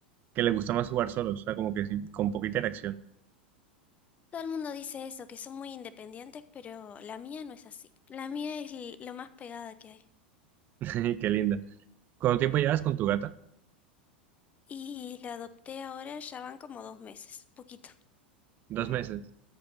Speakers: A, on the right; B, on the left.
A: que le gusta más jugar solo, o sea, como que sí, con poquita interacción.
B: Todo el mundo dice eso, que son muy independientes, pero la mía no es así. La mía es l- lo más pegada que hay.
A: <laughs> Qué linda. ¿Cuánto tiempo llevas con tu gata?
B: Y la adopté ahora, ya van como dos meses, poquito.
A: Dos meses.